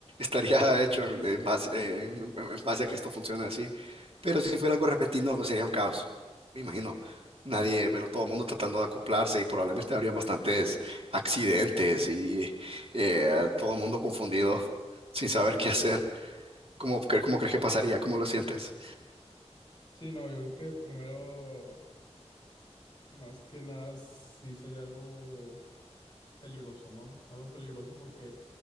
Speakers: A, on the right (about 55°); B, on the left (about 40°).
A: <laughs> estaría hecho en, en base, en, en- en base a que esto funcione así. Pero si fuera algo repentino, pues, sería un caos, me imagino. Nadie, bueno, todo el mundo tratando de acoplarse y probablemente habrían bastantes accidentes y eh, todo el mundo confundido, <laughs> sin saber qué hacer. ¿Cómo, cre- cómo crees que pasaría? ¿Cómo lo sientes?
B: Sí, no, yo creo que primero Más que nada, sí sería algo peligroso, ¿no? Algo peligroso porque